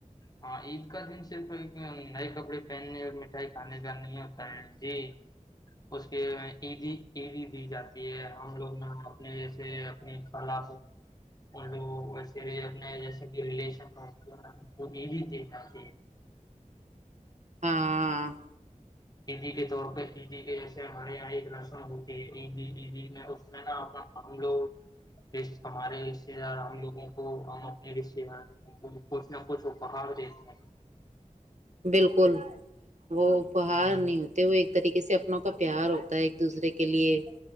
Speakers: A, on the left; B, on the right.
A: ہاں عید کا دن صرف ایک نئے کپڑے پہننے اور مٹھائی کھانے جانے میں ہوتا ہے جی اس کے عیدی عیدی دی جاتی ہے ہم لوگ اپنے جیسے اپنی کلا لو وسے اپنے جیسے کہ ریلیشن کو یہ لی کہ جات
B: ہاں
A: عیدی کے طور پہ عیدی کے جیسے ہمارے یہاں ایک رسم ہوتی ہے عیدی عیدی میں اس میں نا ہم لوگ ہمارے رشتے دار ہم لوگوں کو ہم اپنے رشتے دار لوگوں کو کچھ نہ کچھ اپہار دیتے ہیں
B: بالکل وہ اپہار
A: ہیں
B: نہیں ہوتے ہو طریقے سے اپنوں کا پیار ہوتا ہے ایک دوسرے کے لیے